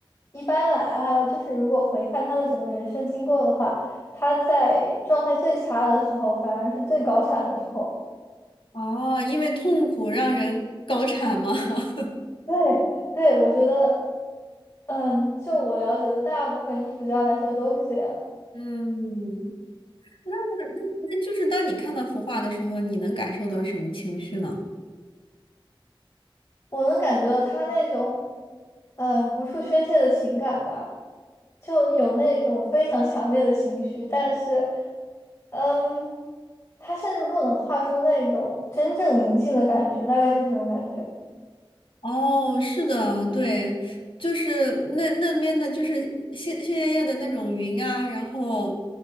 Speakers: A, on the left; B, on the left.
A: 一般来啊，就是如果回看他的整个人生经过的话，他在状态最差的时候，反而是最高产的时候。
B: 哦，因为痛苦让人高产吗？<laughs>
A: 对，<laughs> 对，我觉得，嗯，就我了解的大部分艺术家来说都是这样，
B: 嗯，那那那就是当你看到幅画的时候，你能感受到什么情绪呢？
A: 我能感觉到他那种，呃，无处宣泄的情感吧，就有那种非常强烈的情绪，但是。嗯，他甚至不能画出那种真正宁静的感觉，大概就是这种感觉，
B: 哦，是的，对，就是那那边的，就是鲜鲜艳艳的那种云啊，然后，